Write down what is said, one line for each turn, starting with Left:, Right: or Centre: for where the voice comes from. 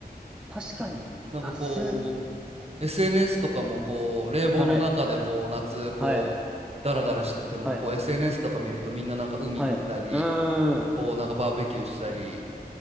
Centre: 確かに、
Right: う。なんかこ
Centre: 安っ。
Right: う、SNS とかもこう、冷房の中でこう、
Centre: はい、
Right: 夏、こう、
Centre: はい、
Right: ダラダラしてても、
Centre: はい、
Right: こう、SNS とか見るとみんななんか海行ったり、
Centre: はい。うーん、
Right: こう、なんかバーベキューしたり、